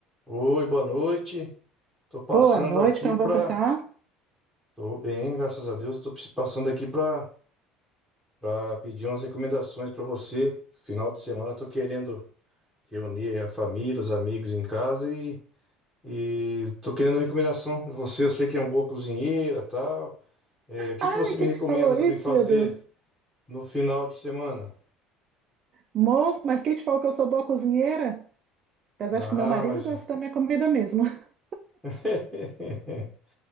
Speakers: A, in the centre; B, on the right.
A: Oi, boa noite. Tô passando
B: Boa noite,
A: aqui
B: como
A: pra.
B: você tá?
A: Tô bem, graças a Deus. Tô passando aqui pra para pedir umas recomendações pra você. Final de semana eu tô querendo reunir a família, os amigos em casa e e tô querendo recomendação. Você, eu sei que é uma boa cozinheira, tal. É, o que
B: Ai,
A: que você me
B: quem
A: recomenda
B: te falou
A: pra
B: isso,
A: me fazer
B: meu Deus?
A: no final de semana?
B: Moço, mas quem te falou que eu sou boa cozinheira? Apesar
A: Ah,
B: de que meu marido
A: mas
B: gosta da minha comida mesmo. <laughs>
A: <laughs>